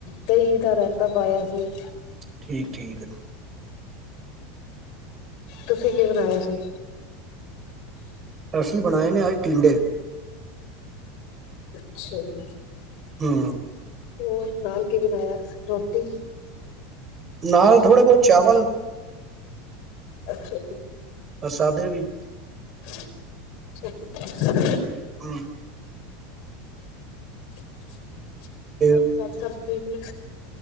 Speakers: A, on the left; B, on the right.
A: ਦਹੀਂ ਦਾ ਰਾਇਤਾ ਪਾਇਆ ਸੀ।
B: ਠੀਕ ਠੀਕ ਆ
A: ਤੁਸੀਂ ਕੀ ਬਣਾਇਆ ਸੀ।
B: ਅਸੀ ਬਣਾਏ ਨੇ ਅੱਜ ਟੀਂਡੇ
A: ਅੱਛਾ ਜੀ।
B: ਹੂੰ।
A: ਹੋਰ ਨਾਲ ਕੇ ਬਣਾਇਆ ਰੋਟੀ।
B: ਨਾਲ ਥੋੜਾ ਬਹੁਤ ਚਾਵਲ
A: ਅੱਛਾ ਜੀ।
B: ਸਾਦੇ ਵੀ
A: <unintelligible>
B: <unintelligible>
A: <unintelligible>
B: ਤੇ
A: ਹੋਰ ਘਰ ਸਭ ਠੀਕ ਨੇ।